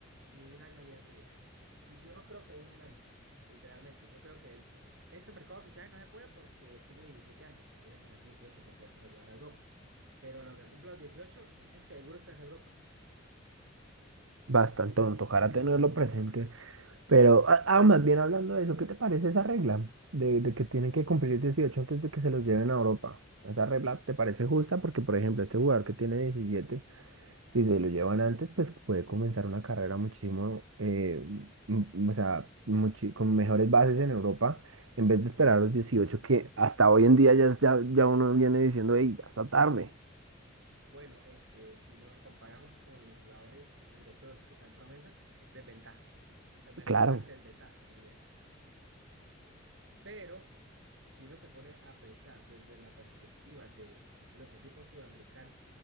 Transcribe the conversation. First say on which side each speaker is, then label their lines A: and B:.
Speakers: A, on the right (about 65°); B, on the right (about 80°).
A: ni un año allá en River. Yo no creo que dure un año, literalmente. Yo creo que el- este mercado de fichajes no se puede porque tiene 17 años y debe tener 18 para podérselo llevar a Europa. Pero a lo que cumpla los 18 ese seguro está en Europa.
B: Bastante, no tocará tenerlo presente. Pero, ah, ah, más bien hablando de eso, ¿qué te parece esa regla de, de que tienen que cumplir 18 antes de que se los lleven a Europa? ¿Esa regla te parece justa? Porque, por ejemplo, este jugador que tiene diecisiete Si se lo llevan antes, pues puede comenzar una carrera muchísimo, eh, m- o sea, muchi- con mejores bases en Europa, en vez de esperar a los dieciocho que hasta hoy en día ya, ya, ya uno viene diciendo, hey, ya está tarde.
A: Bueno, este, si lo comparamos con los jugadores europeos que sean promesas, es desventaja, ba- ba- bastante
B: Claro.
A: desventaja, diría. Pero si uno se pone a pensar desde la perspectiva de los equipos sudamericanos,